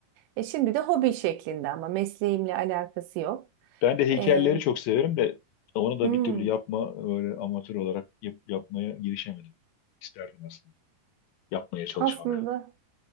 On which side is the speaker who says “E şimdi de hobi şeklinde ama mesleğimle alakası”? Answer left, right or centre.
Right